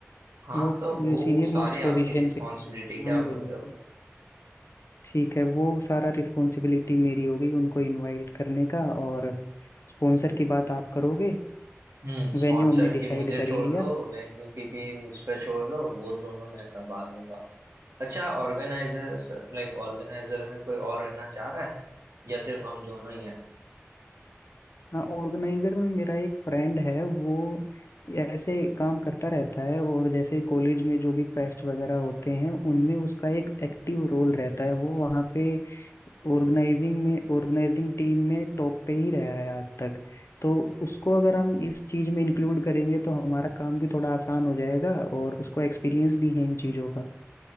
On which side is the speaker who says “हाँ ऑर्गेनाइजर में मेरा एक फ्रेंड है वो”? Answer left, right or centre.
Left